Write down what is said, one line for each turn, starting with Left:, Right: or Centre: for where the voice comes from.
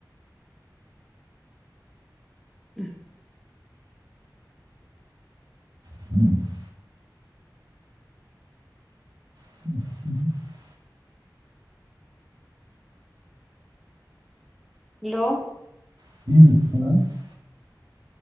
Centre: ଇ ହ।
Right: <inaudible> <inaudible>
Centre: ହ୍ୟାଲୋ।
Right: <inaudible>